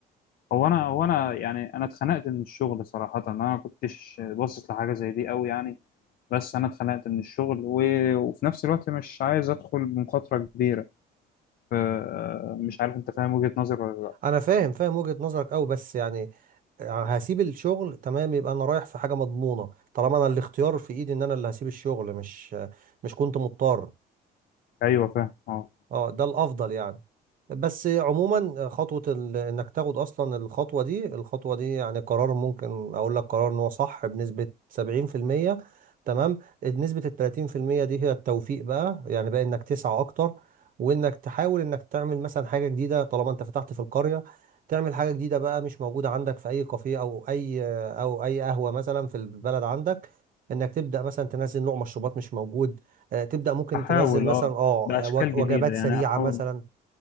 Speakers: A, on the left; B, on the right.
A: هو انا هو انا يعني انا اتخنقت من الشغل صراحه انا ما كنتش باصص لحاجه زي دي قوي يعني بس انا اتخنقت من الشغل و... وفي نفس الوقت مش عايز ادخل بمخاطره كبيره ف- مش عارف انت فاهم وجهه نظري ولا لا
B: انا فاهم فاهم وجهة نظرك قوي بس يعني آه، هسيب الشغل تمام يبقى انا رايح في حاجة مضمونة طالما انا الاختيار في ايدي ان انا اللي هسيب الشغل مش مش كنت مضطر
A: ايوه فاهم اه
B: اه ده الافضل يعني بس عموما خطوة ال... انك تاخد اصلا الخطوة دي الخطوة دي يعني قرار ممكن اقول لك قرار ان هو صح بنسبة 70% تمام نسبة ال 30% دي هي التوفيق بقى يعني بقى انك تسعى اكتر وانك تحاول انك تعمل مثلا حاجة جديدة طالما انت فتحت في القرية تعمل حاجة جديدة بقى مش موجودة عندك في اي كافيه او اي او اي قهوة مثلا في البلد عندك انك تبدأ مثلا تنزل نوع مشروبات مش موجود آه، تبدأ ممكن
A: احاول
B: تنزل مثلا
A: اه
B: اه
A: باشكال
B: و-
A: جديده
B: وجبات
A: يعني
B: سريعة
A: احاول
B: مثلا